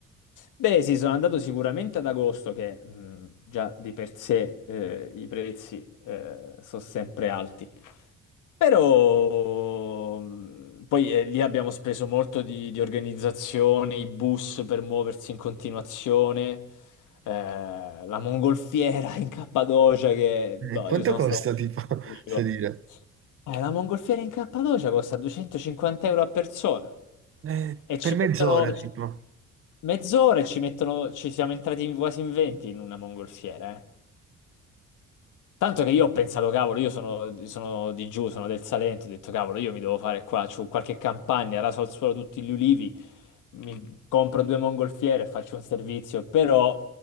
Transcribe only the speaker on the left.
Beh sì, sono andato sicuramente ad agosto, che mh, già di per sé eh, i prezzi eh, sono sempre alti. Però mh, poi eh, lì abbiamo speso molto di, di organizzazione, i bus per muoversi in continuazione, eh, la mongolfiera in Cappadocia che
boh,
io sono
stato...
un po'
Eh, la mongolfiera in Cappadocia costa 250 euro a persona
e ci
mettono
ci- mezz'ora e ci mettono, ci siamo entrati quasi in 20 in una mongolfiera, eh. Tanto che io ho pensato, cavolo, io sono, sono di giù, sono del Salento, ho detto, cavolo, io mi devo fare qua, c'ho qualche campagna, raso al suolo tutti gli ulivi, mi compro due mongolfiere e faccio un servizio, però